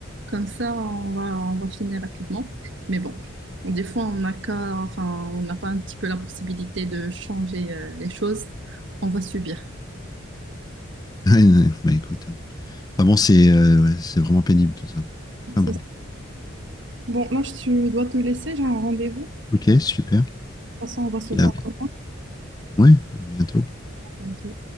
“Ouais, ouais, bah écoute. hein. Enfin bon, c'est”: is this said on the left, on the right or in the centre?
Left